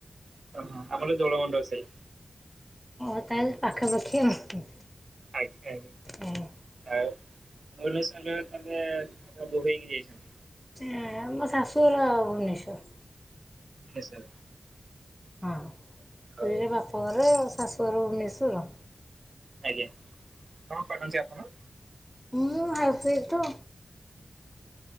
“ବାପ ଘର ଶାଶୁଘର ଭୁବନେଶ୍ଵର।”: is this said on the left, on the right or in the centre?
Centre